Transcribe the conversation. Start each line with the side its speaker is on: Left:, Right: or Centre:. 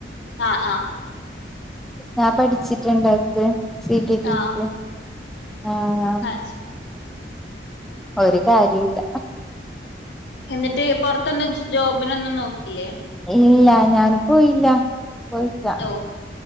Left: ആ ആ
Centre: ഞാൻ പഠിച്ചിട്ടുണ്ട് അത് സി ടി ടി
Left: ആ
Centre: സി ആന്ന്
Left: അത് ശരി
Centre: ഒരു കാര്യൂല്ല
Left: എന്നിട്ട് പുറത്തൊന്നും ജോബിനൊന്നും നോക്കിയില്ലേ
Centre: ഇല്ല ഞാന് പോയില്ല പോയിട്ടാ
Left: ഓ